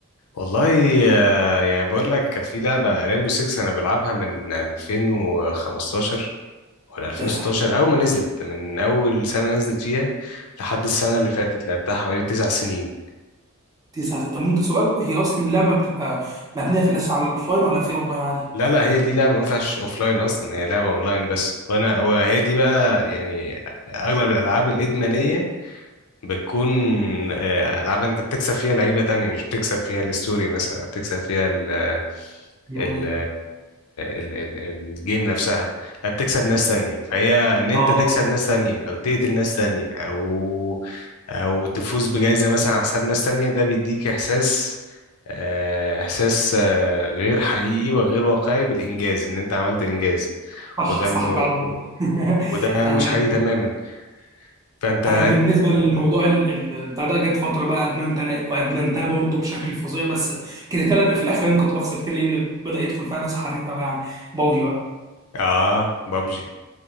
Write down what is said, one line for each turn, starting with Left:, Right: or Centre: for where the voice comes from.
Left: والله آه، يعني بقول لك كان في لعبة ريمبو 6 انا بلعبها من 2015 ولا 2016
Right: آه،
Left: اول ما نزلت من اول سنة نزلت فيها لحد السنة اللي فاتت لعبتها حوالي تسع سنين
Right: تسعة طب ممكن سؤال هي أصلا اللعبة بتبقى مبنية في الأساس على الأوفلاين ولا في أونلاين عادي؟
Left: لا لا هي دي لعبة ما فيهاش اوفلاين اصلا هي لعبة اونلاين بس وانا هو هي دي بقى يعني اغلب الالعاب الادمانية بتكون آه، ألعاب أنت بتكسب فيها لعيبة تانية مش بتكسب فيها الستوري مثلا أو بتكسب فيها ال
Right: مم.
Left: ال ال ال الجيم نفسها لا بتكسب ناس تانية فهي إن أنت
Right: آه
Left: تكسب ناس تانية أو تقتل ناس تانية أو أو تفوز بجائزة مثلا على حساب ناس تانية ده بيديك إحساس آه، إحساس آه، غير حقيقي وغير واقعي بالإنجاز إن أنت عملت إنجاز
Right: صح
Left: وده
Right: صح
Left: من-
Right: فعلا والله <laughs>
Left: وده
Right: يعني
Left: مش
Right: أنا
Left: حقيقي تماما فأنت أنت-
Right: انا بالنسبه للموضوع ال- ال- بتاع ده جت فتره بقى ادمنت انا وادمنتها برضه بشكل فظيع بس كرهتها في الاخر انا كنت بخسر كتير لان بدا يدخل فيها ناس حريفه قوي يعني بابجي بقى
Left: آه بابجي